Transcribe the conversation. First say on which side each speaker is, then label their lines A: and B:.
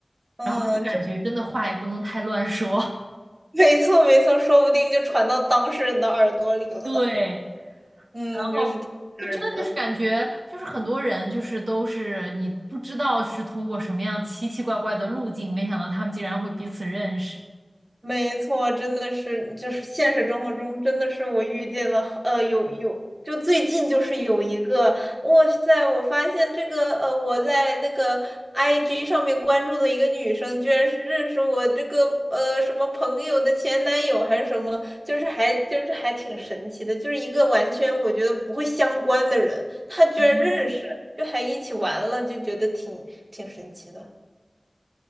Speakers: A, on the right; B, on the right.
A: 嗯，
B: 然后就感觉真的话也不能太乱说。
A: 就
B: <laughs>
A: 没错没错，说不定就传到当事人的耳朵里了呢。
B: 对。
A: 嗯，
B: 然后就真的就是感觉，
A: 就是挺吓人的。
B: 就是很多人就是都是你不知道是通过什么样奇奇怪怪的路径，没想到他们竟然会彼此认识。
A: 没错，真的是，就是现实生活中，真的是我遇见了，呃，有有，就最近就是有一个，哇塞，我发现这个，呃，我在那个 IG 上面关注的一个女生，居然是认识我这个，呃，什么朋友的前男友还是什么，就是还就是还挺神奇的，就是一个完全我觉得不会相关的人，他居然认识，
B: 嗯。
A: 就还一起玩了，就觉得挺挺神奇的。